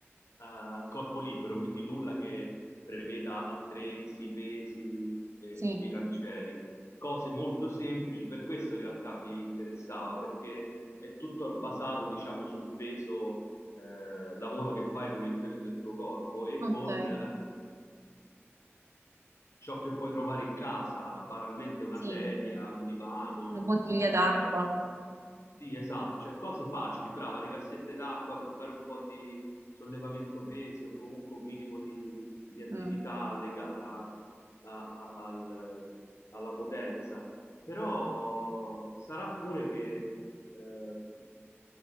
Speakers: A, on the left; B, on the right.
A: eh, corpo libero, quindi nulla che preveda attrezzi, pesi e,
B: Sì,
A: e bilancieri, cose molto semplici, per questo in realtà mi interessava perché è tutto al- basato, diciamo, sul peso, eh, lavoro che fai con il peso del tuo corpo e
B: ok,
A: con eh, ciò che puoi trovare in casa, banalmente una
B: sì,
A: sedia, un divano,
B: una bottiglia
A: il
B: d'acqua.
A: letto. Sì, esatto, cioè cose facili, brava, le cassette d'acqua per fare un po' di sollevamento pesi o comunque un minimo di, di attività
B: Mm.
A: legata a- a- al- alla potenza. Però sarà pure che eh,